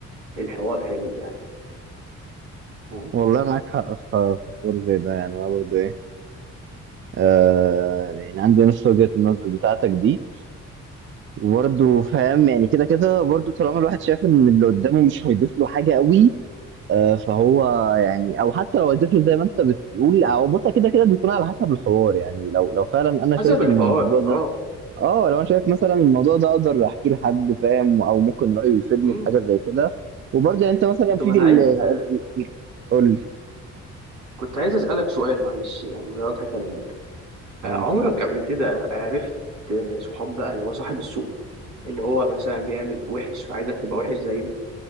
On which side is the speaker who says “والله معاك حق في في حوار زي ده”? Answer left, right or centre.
Right